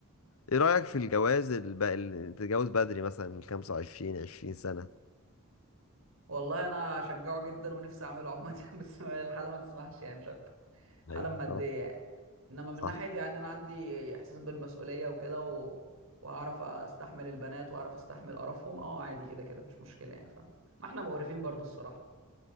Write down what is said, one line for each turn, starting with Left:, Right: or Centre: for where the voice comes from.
Left: ايه رايك في الجواز الب... اللي تتجوز بدري مثلا من 25 20 سنه
Right: والله انا اشجعه جدا ونفسي اعمله عامة <laughs> بس الحالة ما تسمحش يعني مش اكتر حالة
Left: ايوه
Right: مادية
Left: طبعاً.
Right: يعني انما من
Left: صح
Right: ناحيتي يعني انا عندي احساس بالمسؤوليه وكده و... وهعرف استحمل البنات واعرف استحمل قرفهم اه عادي كده كده مش مشكله يعني فاهم ما احنا مقرفين برضو الصراحه